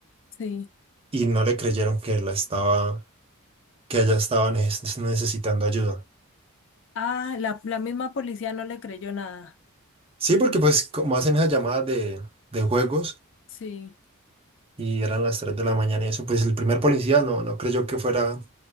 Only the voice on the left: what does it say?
Sí.
Ah, la, la misma policía no le creyó nada.
Sí,